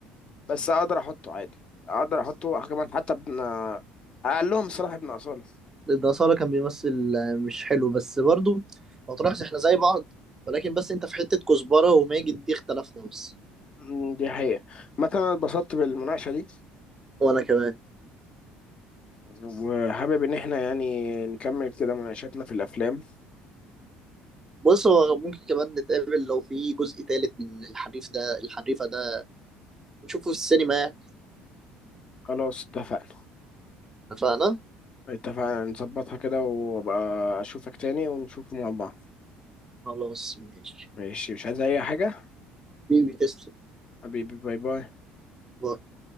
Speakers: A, on the left; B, on the right.
A: بس أقدر أحطه عادي أقدر أحطه كمان حتى ابن أقلهم الصراحة ابن أصالة
B: الأصالة كان بيمثل آه، مش حلو بس برضو لو تلاحظ احنا زي بعض ولكن بس انت في حتة كزبرة وماجد دي اختلفنا بس
A: مم، دي حقيقة مثلا أنا اتبسطت بالمناقشة دي
B: وانا كمان
A: وحابب إن احنا يعني نكمل كده مناقشاتنا في الأفلام
B: بص هو ممكن كمان نتقابل لو في جزء تالت من الحريف ده الحريفة ده نشوفه في السينما يعني
A: خلاص اتفقنا
B: اتفقنا؟
A: اتفقنا نظبطها كده وأبقى أشوفك تاني ونشوفه مع بعض
B: خلاص ماشي
A: ماشي مش عايز أي حاجة
B: بيبي تسلم
A: حبيبي باي باي
B: باي.